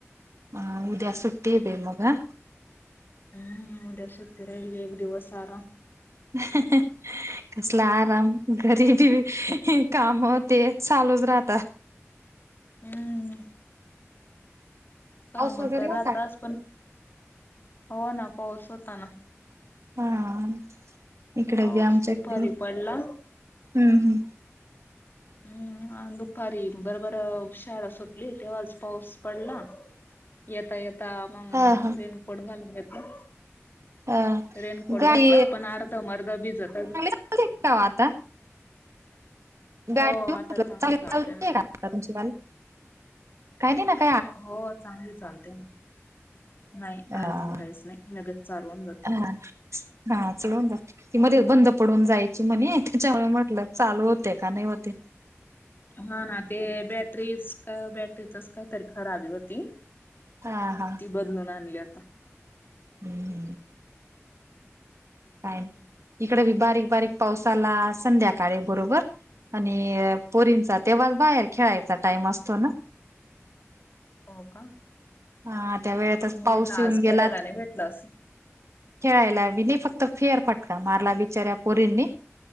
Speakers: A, on the right; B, on the left.
A: ह उद्या सुट्टी य बई मग ह.
B: हम्म. उद्या सुट्टी राहील. एक दिवस आराम.
A: ह <unintelligible> कसला आराम. घरीबी काम ते चालूच राहतात.
B: हम्म. काम
A: पाऊस वगैरे
B: त
A: होता
B: राहताच.
A: का
B: पण हो ना. पाऊस होता ना.
A: हा. इकड
B: पाऊस
A: बी. आमच्याकडे
B: दुपारी
A: बी.
B: पडला
A: हम्म हम्म.
B: हम्म. दुपारी बर बर शाळा सुटली. तेव्हाच पाऊस पडला. येता येता मग.
A: हा हा.
B: रेनकोट घालून घेतलं.
A: अ
B: रेनकोट
A: गाडी
B: घातला. पण अर्धा मार्ध भिजतच.
A: <unintelligible> आता.
B: हो
A: गाडी
B: आता चांगली
A: चा
B: चालते ना
A: तुमची काही नाही ना <unintelligible>
B: हो चांगली चालते ना. नाही.
A: हा
B: अडचण काहीच नाही. लगेच चालू होवून जाते.
A: हा हा चलून द्या. ती मध्ये बंद पडून जायची म्हणे. त्याच्यामुळे म्हटलं चालू होते का? नाही होते.
B: हा ना. ते बॅटरीच. बॅटरीतच काहीतरी खराबी होती.
A: हा हा.
B: ती बदलून आणली आता.
A: हम्म <unintelligible> काय, इकडे बी बारीक बारीक पावस आला. संध्याकाळी बुरबुर. आणि पोरींचा तेव्हा बाहेर खेळायचा टाइम असतो ना.
B: हो का?
A: हा त्या वेळेतच
B: मुलींना
A: पाऊस येऊन
B: आज
A: गेला
B: खेळायला नाही भेटलं अस.
A: खेळायला बी नही. फक्त फेअर फटका मारला. बिचार्या पोरीनी.